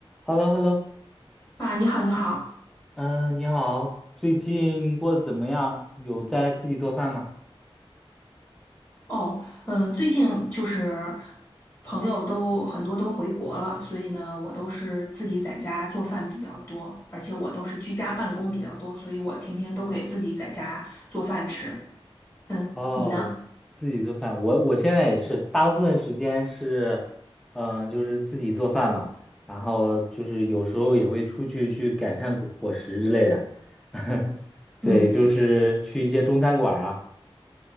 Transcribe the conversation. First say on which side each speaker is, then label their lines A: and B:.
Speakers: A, in the centre; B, on the left (about 20°).
A: h e l l o h e l l o
B: 啊，你好，你好。
A: 嗯，你好，最近过得怎么样？有在自己做饭吗？
B: 哦，嗯，最近就是朋友都很多都回国了，所以呢，我都是自己在家做饭比较多，而且我都是居家办公比较多，所以我天天都给自己在家做饭吃。嗯，
A: 哦，
B: 你呢？
A: 自己做饭，我我现在也是，大部分时间是，嗯、就是自己做饭嘛，然后就是有时候也会出去去改善伙伙食之类的，<laughs> 对，
B: 嗯，
A: 就是去一些中餐馆啊。